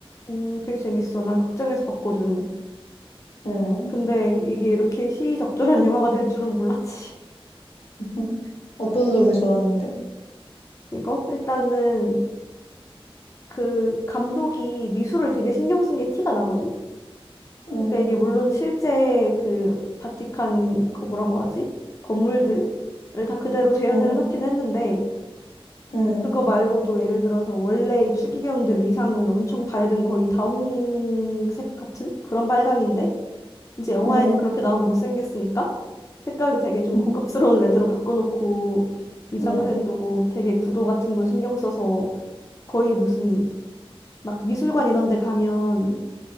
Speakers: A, on the left; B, on the left.
A: 음, 되게 재밌어. 난 극장에서 봤거든.
B: 음.
A: 근데 이게 이렇게 시의적절한 <laughs> 영화가 될 줄은 몰랐지.
B: <laughs> 어떤 점이 좋았는데?
A: 이거? 일단은 그 감독이 미술을 되게 신경 쓴 게 티가 나거든?
B: 음,
A: 그러니까 이게 물론 실제 그 바티칸, 그 뭐라고 하지? 건물들? 을 다 그대로 재현을
B: 음,
A: 해놓긴 했는데
B: 음,
A: 그거 말고도 예를 들어서 원래 이 추기경들 의상은 엄청 밝은 거의 다홍색 같은 그런 빨강인데 이제 영화에는
B: 음,
A: 그렇게 나오면 못생겼으니까 색깔도 되게 좀
B: 음,
A: 고급스러운 레드로 바꿔놓고 미장센도
B: 음,
A: 되게 구도 같은 거 신경 써서 거의 무슨 막 미술관 이런 데 가면